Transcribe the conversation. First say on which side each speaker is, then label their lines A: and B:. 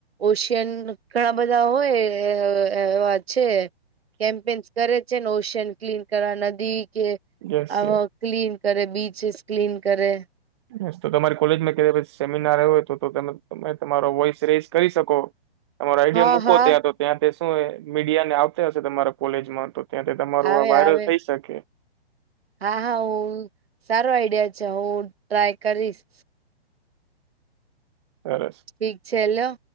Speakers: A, on the right; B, on the right.
A: ઓશિયન ઘણા બધા હોય અ એવા છે. કેમ્પેન્ઈસ કરે છે ને ઓશયન ક્લીન કરવા નદી કે
B: યસ
A: આ
B: યસ
A: ક્લીન કરે બીચીસ ક્લીન કરે.
B: બસ તો તમારી કોલેજમાં કયારેક સેમિનાર આયવો તો તમે તમારો વોઈસ રેઝ કરી શકો. તમારો આઈડિયા
A: હા
B: મૂકો
A: હા
B: ત્યાં તો ત્યાંથી શું મીડિયા ને આવતા હશે તમારા કોલેજમાં તો. ત્યાંથી તમારું
A: આવે
B: આ વાયરલ
A: આવે
B: થઈ શકે.
A: હા હા હવ સારો આઈડિયા છે હું ટ્રાય કરીશ.
B: સરસ.
A: ઠીક છે લ્યો.